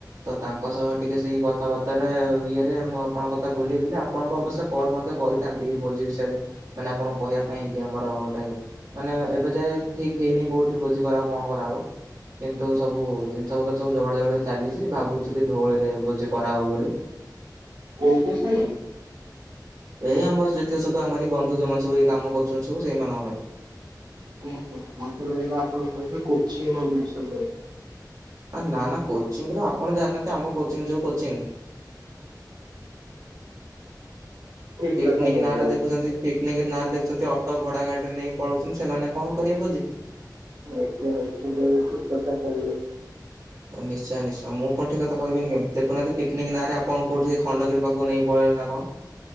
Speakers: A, on the right; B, on the right.
A: ତ ତାଙ୍କ ସହ ଟିକେ ସେଇ କଥାବାର୍ତ୍ତାାରେ ଇଏରେ ମୁଁ ଆପଣଙ୍କ କଥା ଭୁଲିଯାଇଥିଲି ଆପଣଙ୍କ ଅବଶ୍ୟ କଲ୍ ମଧ୍ୟ କରିଥାନ୍ତି ଭୋଜି ବିଷୟରେ ମାନେ ଆପଣଙ୍କୁ କହିବା ପାଇଁ କି ଆମର ଗୋଟେ ମାନେ ଏବେ ଯାଏ ଠିକ୍ ହେଇନି କୋଉଠି ଭୋଜି କରା ହବ କଣ କରା ହବ କିନ୍ତୁ ସବୁ ଜିନିଷ ପତ୍ର ସବୁ ଯଗାଡ଼ ଜଗାଡ଼ ଚାଲିଛି ଭାବୁଛି କି ଧଉଳିରେ ଭୋଜି କରାହେବ ବୋଲି
B: କୋଉ କୋଉ ସାଙ୍ଗ
A: ଏଇ ଆମର ଯେତିକ ସବୁ ଆମର ଏଇ ବନ୍ଧୁ ଯଉମାନେ ସବୁ ଏଇ କାମ କରୁଛନ୍ତି ସବୁ ସେଇମାନଙ୍କ ହ ପାଇଁ
B: ଓହୋ ମତେ ଲାଗିଲା ଆପଣ କହିବେ କୋଚି ଜିନିଷ
A: ନା ନା କୋଚିଂ ର ଆପଣ ଜାଣିନାହାନ୍ତି ଆମ କୋଚିଂ ଯୋଉ କୋଚିଂ
B: ଠିକ
A: ପିକ୍ନିକ୍
B: କଥା କହିଲେ
A: ନାଁରେ
B: ଆପଣ
A: ଦେଖୁଛନ୍ତି ପିକ୍ନିକ୍ ନାଁରେ ଦେଖୁଛନ୍ତି ଅଟୋ ଘୋଡା ଗାଡିରେ ନେଇ ପଳଉଛନ୍ତି ସେମାନେ କଣ କରିବେ ଭୋଜି
B: ଏ ସେଇଟା ବି ଠିକ୍ କଥା କହିଲେ
A: ନିଶ୍ଚୟ ନିଶ୍ଚୟ ମୁଁ ପୁଣି ଠିକ୍ କହିବିନି କେ ଦେଖନାହାନ୍ତି ପିକ୍ନିକ୍ ନାଁରେ ଆପଣ କଉଠି ଖଣ୍ଡଗିରି ପାଖକୁ ନେଇକି ପଳେଇଲେ ନା କଣ